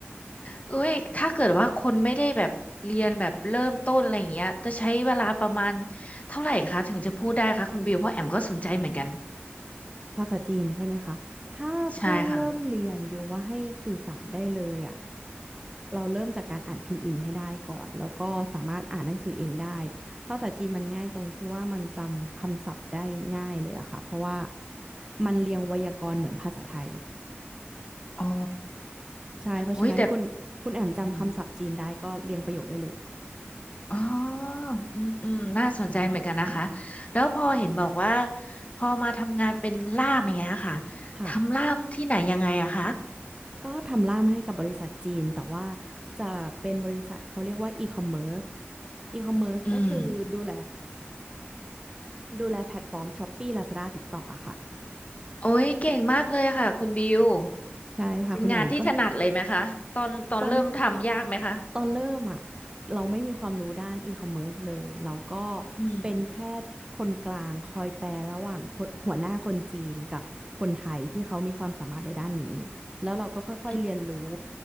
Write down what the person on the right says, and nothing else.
ภาษาจีนใช่ไหมคะถ้าเพิ่งเริ่มเรียนบิวว่าให้สื่อสารได้เลยอ่ะ
เราเริ่มจากการอ่านพินอินให้ได้ก่อนแล้วก็สามารถอ่านหนังสือเองได้ภาษาจีนมันง่ายตรงที่ว่ามันจำคำศัพท์ได้ง่ายเลยอะค่ะเพราะว่ามันเรียงไวยากรณ์เหมือนภาษาไทย
ใช่เพราะฉะนั้นคุณคุณแอมจำคำศัพท์จีนได้ก็เรียงประโยคได้เลย
ค่ะ
ก็ทำล่ามให้กับบริษัทจีนแต่ว่าจะเป็นบริษัทเขาเรียกว่าอีคอมเมิร์ c อีคอมเมิร์ก็คือดูแล
ดูแลแพลตฟอร์ม Shopee Lazada TikTok อะค่ะ
ใช่ค่ะคุณแอมก็
ตอนตอนเริ่มอ่ะเราไม่มีความรู้ด้านอีคอมเมิร์ซเลยเราก็
เป็นแค่คนกลางคอยแปลระหว่างคนหัวหน้าคนจีนกับคนไทยที่เขามีความสามารถในด้านนี้แล้วเราก็ค่อยๆเรียนรู้